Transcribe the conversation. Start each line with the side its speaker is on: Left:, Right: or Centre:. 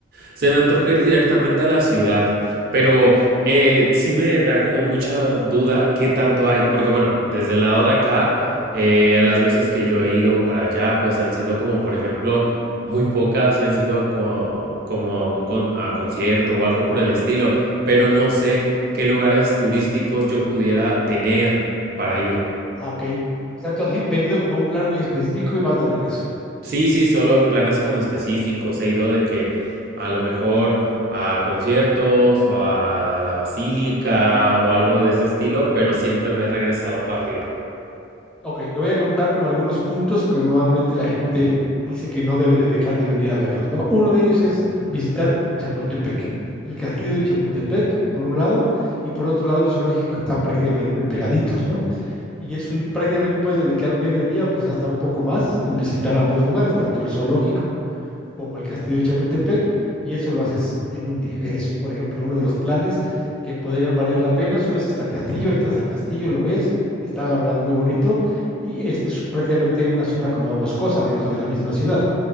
Right: Se me antoja ir directamente a la ciudad, pero eh, sí me da como mucha duda qué tanto hay, porque bueno, desde el lado de acá, eh, las veces que yo he ido para allá, pues han sido como, por ejemplo, muy pocas y han sido co- como a un con- a concierto o algo por el estilo, pero no sé qué lugares turísticos yo pudiera tener para ir.
Centre: Ah, ok. O sea, tú has ido- venido como a un plan muy específico y vas de regreso.
Right: Sí, sí, solo en planes como específicos. He ido de que a lo mejor a conciertos o a la basílica o algo de ese estilo, pero siempre me he regresado rápido.
Centre: Ok, te voy a contar como algunos puntos que normalmente la gente dice que no debe de dejar de venir a verlos, ¿no? Uno de ellos es visitar Chapultepec, el castillo de Chapultepec, por un lado, y por otro lado el zoológico que están prácticamente pegaditos, ¿no? Y es un, prácticamente puedes dedicar medio día o quizás hasta un poco más en visitar ambos lugares, tanto el zoológico como el Castillo de Chapultepec, y eso lo haces en un día. Es, por ejemplo, uno de los planes que podrían valer la pena. Subes hasta el castillo, entras al castillo, lo ves, está la verdad muy bonito, y este es prácticamente una zona como boscosa dentro de la misma ciudad.